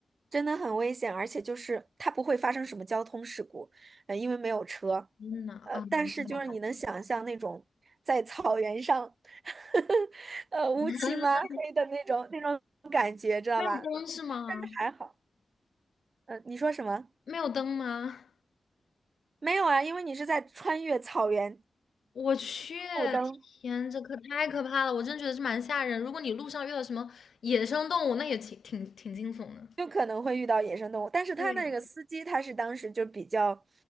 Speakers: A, on the right; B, on the left.
A: 真的很危险，而且就是它不会发生什么交通事故，呃，因为没有车，
B: 天呐啊，
A: 呃，但是就是你能想象那种在草原上，
B: 那还好，
A: <laughs> 呃，乌漆嘛黑的那种那种感觉，
B: <laughs>
A: 知道吧？
B: 没有灯是吗？
A: 但是还好，呃，你说什么？
B: 没有灯吗？
A: 没有啊，因为你是在穿越草原，
B: 我去，
A: 路灯
B: 天，这可太可怕了！我真觉得是蛮吓人。如果你路上遇到什么野生动物，那也挺挺挺惊悚的。
A: 就可能会遇到野生动物，但是他那个司机他是当时就比较，
B: 对呀，